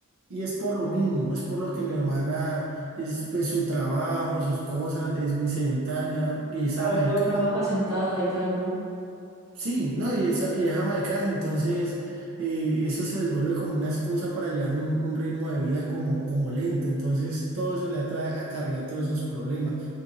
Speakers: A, on the right; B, on the right.
A: Y es por lo mismo, es por lo que mi hermana, es, pues su trabajo, sus cosas, es muy sedentaria y es
B: Claro,
A: ama
B: igual
A: de casa.
B: trabaja sentada y tal, ¿no?
A: Sí, no, y es, y es ama de casa, entonces eh, eso se les vuelve como una excusa para llevar un, un ritmo de vida como, como lento, entonces todo eso le ha tra- acarreado todos esos problemas.